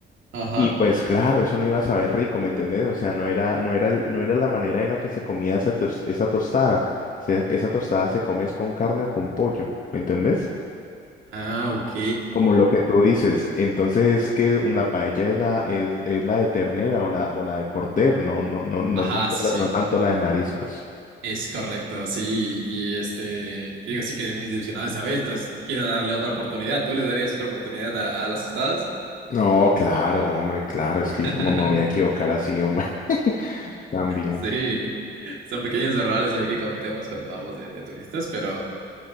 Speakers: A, on the right (about 80°); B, on the left (about 40°).
A: Ajá.
B: Y pues claro, eso no iba a saber rico, ¿me entendés? O sea, no era, no era, el- no era la manera en la que se comía esa, tos- esa tostada. O sea, esa tostada se come es con carne o con pollo, ¿me entendés?
A: Ah, ok.
B: Como lo que tú dices. Entonces es que un- la paella es la, es, es la de ternera o la, o la de cordero, no, no, no, no
A: Ajá,
B: tanto
A: sí,
B: la,
A: sí.
B: no tanto la de mariscos.
A: Es correcto, sí, y este, y te digo, sí quedé muy decepcionado esa vez, entonces quiero darle otra oportunidad. ¿Tú le darías otra oportunidad a, a las tostadas?
B: No, claro, hombre, claro, es que
A: <laughs>
B: yo como me voy a equivocar así, hombre, <laughs> también.
A: Sí, son pequeños errores ahí que cometemos cuando vamos de, de turistas, pero,